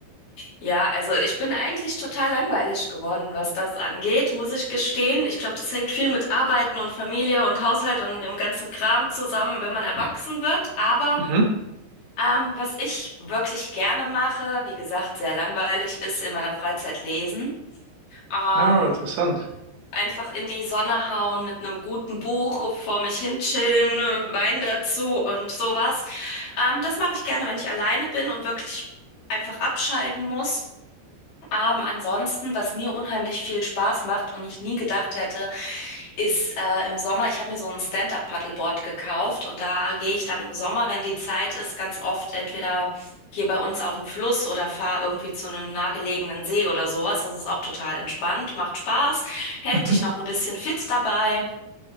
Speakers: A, on the left (about 55°); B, on the right (about 80°).
A: Ja, also ich bin eigentlich total langweilig geworden, was das angeht, muss ich gestehen. Ich glaube, das hängt viel mit Arbeiten und Familie und Haushalt und dem ganzen Kram zusammen, wenn man erwachsen wird. Aber
B: Mhm.
A: ähm, was ich wirklich gerne mache, wie gesagt, sehr langweilig, ist in meiner Freizeit lesen. Ähm,
B: Ah, interessant.
A: einfach in die Sonne hauen mit einem guten Buch, vor mich hin chillen, Wein dazu und sowas. Ähm, das mache ich gerne, wenn ich alleine bin und wirklich einfach abschalten muss. Ähm, ansonsten, was mir unheimlich viel Spaß macht und ich nie gedacht hätte, ist äh, im Sommer, ich habe mir so ein Stand-up-Paddleboard gekauft und da gehe ich dann im Sommer, wenn die Zeit ist, ganz oft entweder hier bei uns auf den Fluss oder fahre irgendwie zu einem nahegelegenen See oder sowas. Das ist auch total entspannt, macht Spaß, hält
B: Mhm.
A: dich noch ein bisschen fit dabei.